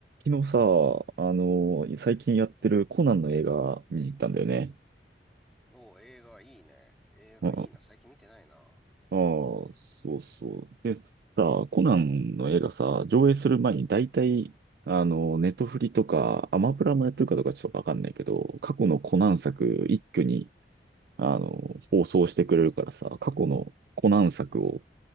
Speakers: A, on the right; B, in the centre.
A: 昨日さ、あの最近やってるコナンの映画見に行ったんだよね。
B: おー映画いいね。映画いいな。
A: ああ、
B: 最近見てないな。
A: そうそう。でさ、コナンの映画さ、上映する前に大体、あの、ネトフリとか、アマプラもやってるかどうかちょっとわかんないけど、過去のコナン作一挙に、あの、放送してくれるからさ、過去のコナン作を